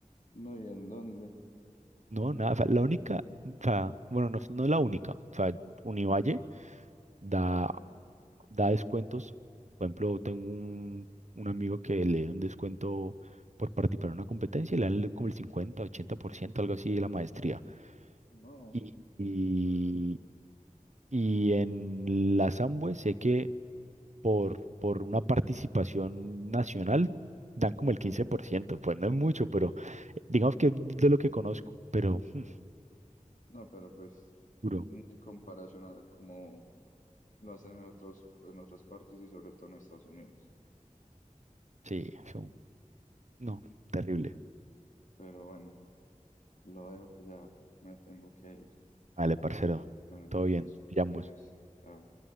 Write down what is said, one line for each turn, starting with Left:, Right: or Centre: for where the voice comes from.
Left: No, ¿y en dónde?
Right: no, nada. O sea, la única, o sea, bueno, no, es- no es la única. O sea, Univalle da
Left: Sí,
Right: da descuentos. Por ejemplo, tengo un, un amigo que le dio un descuento por participar en una competencia y le dan el- como el 50, 80%, algo así de la maestría.
Left: No,
Right: Y, y,
Left: pues,
Right: y en la Samhue sé que por, por una participación nacional dan como el 15%, pues no es mucho, pero eh, digamos que es de lo que conozco, pero
Left: sí.
Right: hmm,
Left: No, pero pues
Right: duro.
Left: no hay comparación a cómo lo hacen en otros, en otras partes y sobre todo en Estados Unidos.
Right: Sí, eso, no, terrible.
Left: Pero bueno, lo dejo que ya me tengo que ir.
Right: Vale, parcero,
Left: Bueno,
Right: todo bien,
Left: nos
Right: te llamo.
Left: vemos. Chao.